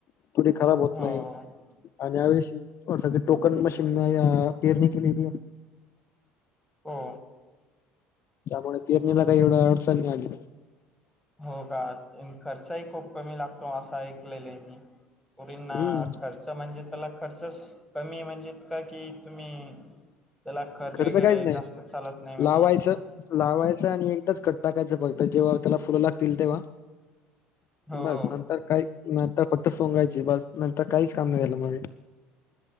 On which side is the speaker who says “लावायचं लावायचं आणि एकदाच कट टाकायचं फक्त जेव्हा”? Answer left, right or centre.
Left